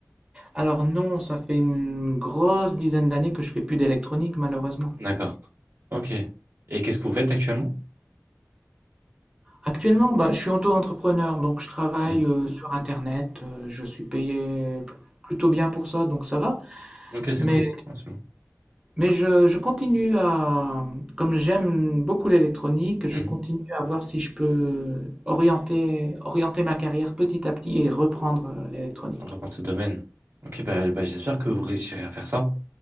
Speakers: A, on the right; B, on the right.
A: Alors non, ça fait une grosse dizaine d'années que je fais plus d'électronique, malheureusement.
B: D'accord. Ok. Et qu'est-ce que vous faites actuellement?
A: Actuellement, bah, je suis auto-entrepreneur, donc je travaille
B: Hmm.
A: euh, sur Internet, euh, je suis payé plutôt bien pour ça, donc ça va.
B: Ok, c'est
A: Mais,
B: cool. Ouais, c'est bon.
A: mais je, je continue à, comme j'aime beaucoup l'électronique, je
B: Hmm.
A: continue à voir si je peux orienter, orienter ma carrière petit à petit et reprendre euh, l'électronique.
B: On reprend ce domaine. Ok, bah, bah, j'espère que vous réussirez à faire ça.